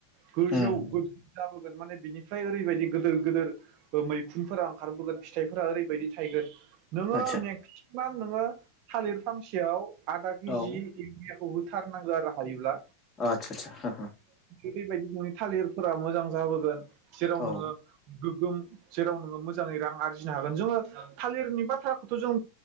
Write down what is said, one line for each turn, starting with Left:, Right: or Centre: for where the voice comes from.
Right: गोजौ
Left: उम
Right: गोगोम जाबोगोन माने बिनिफ्राय ओरैबायदि गिदिर गिदिर मैखुनफोरा ओंखारबोगोन फिथाइफोरा ओरैबायदि थायगोन नोङो
Left: आतसा
Right: मेक मेगसिमाम नोङो थालिर फांसेयाव आदा केजि
Left: औ
Right: इउरियाखौ होथारनांगौ आरो हायोब्ला
Left: आतसा आतसा
Right: बेबायदि नोंनि थालिरफोरा मोजां जाबोगोन जेराव
Left: हो
Right: नोङो
Left: औ
Right: गोग्गोम जेराव नोङो मोजाङै रां आरजिनो हागोन जोङो थालिरनि बाथ्राखौथ' जों